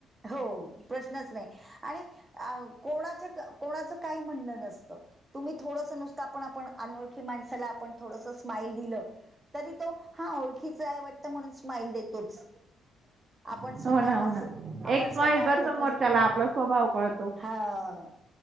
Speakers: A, on the right (about 20°); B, on the right (about 45°).
A: हो प्रश्नच नाही आणि कोणाचं, कोणाचं काही म्हणणं नसतं तुम्ही थोडंसं नुसतं आपण, आपण अनोळखी माणसाला आपण थोडसं स्माइल दिलं तरी तो हां ओळखीचा आहे वाटतं म्हणून स्माइल देतोच
B: <unintelligible>
A: आपण स्वतः
B: हो ना, हो
A: हस
B: ना.
A: आपण
B: एक स्माईलवर
A: स्वतः हासत
B: समोरच्याला
A: राहिलं की
B: आपला स्वभाव कळतो.
A: हां